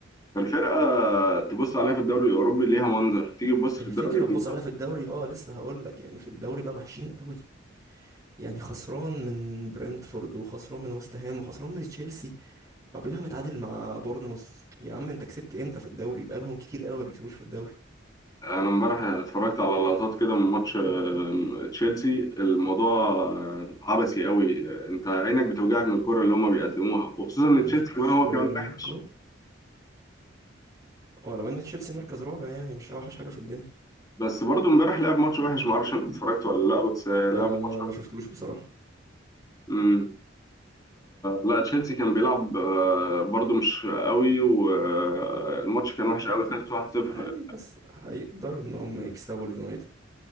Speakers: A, on the left; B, on the right.
A: فالفرقة تبص عليها في الدوري الأوروبي ليها منظر تيجي تبص
B: الفكره
A: في الدوري الإيطالي.
B: تبص عليها في الدوري اه لسه هقول لك يعني في الدوري بقى وحشين قوي يعني خسران من برنتفورد وخسران من وست هام وخسران من تشيلسي قبلها متعادل مع بورنموث يا عم انت كسبت امتى في الدوري بقالهم كتير قوي ما بيكسبوش في الدوري
A: أنا امبارح اتفرجت على لقطات كده من ماتش آه، تشيلسي الموضوع آه، عبثي قوي أنت عينك بتوجعك من الكرة اللي هما بيقدموها وخصوصا إن
B: مفيش
A: تشيلسي كمان هو
B: آه،
A: كمان وحش
B: كوره ولو ان تشيلسي مركز رابع يعني مش اوحش حاجه في الدنيا
A: بس برضو امبارح لعب ماتش وحش معرفش انت اتفرجت ولا لا بس آه، لعب
B: أه ما
A: ماتش وحش
B: ما شفتوش بصراحه
A: امم لا تشيلسي كان بيلعب آه، برضو مش قوي والماتش كان وحش قوي خلص 1-0
B: عادي بس هيقدروا ان هم يكسبوا اليونايتد